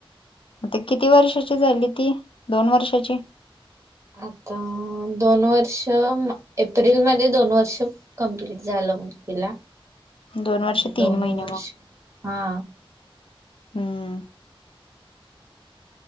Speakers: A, on the left; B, on the right.
A: आता किती वर्षाची झाली ती? दोन वर्षाची?
B: आता दोन वर्ष, एप्रिलमध्ये दोन वर्ष- कम्प्लीट झालं बघ तिला.
A: दोन
B: म्हणजे
A: वर्ष तीन
B: दोन
A: महिने
B: वर्ष,
A: मग
B: हा.
A: हम्म.